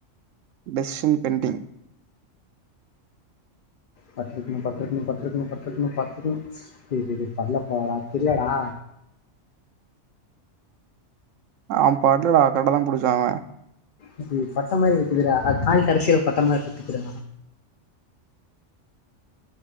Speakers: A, on the right; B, on the left.
A: டெஸ்ஷன் பென்டிங்
B: பட்ருக்ணு பட்ருக்ணு பட்ருக்ணு பட்ருக்ணு பட்ருக்ணு ஏஏ பட்ல பா தெர்லடா
A: அவ பாட்டல‌ ஆக்கட்ட தா புடிச்சாங்க
B: இப்ப பட்ட மாரி இருக்குதுடா கால் கடைசில பட்ட மாரி இருக்குதுடா